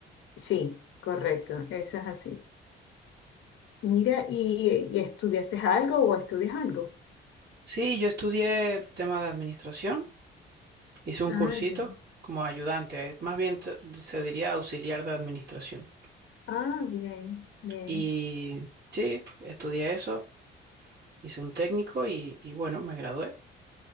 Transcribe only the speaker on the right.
Sí, yo estudié tema de administración, hice un
cursito
como ayudante, eh, más bien te- se diría auxiliar de administración.
Y sí, estudié eso, hice un técnico y, y bueno, me gradué.